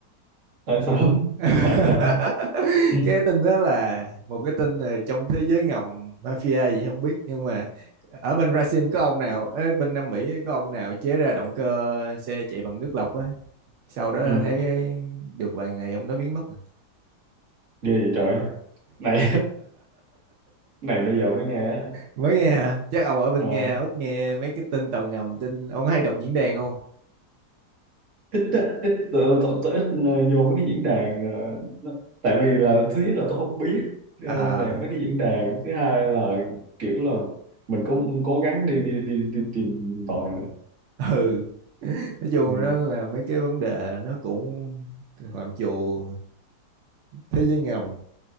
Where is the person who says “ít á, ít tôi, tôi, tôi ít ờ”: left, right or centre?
Right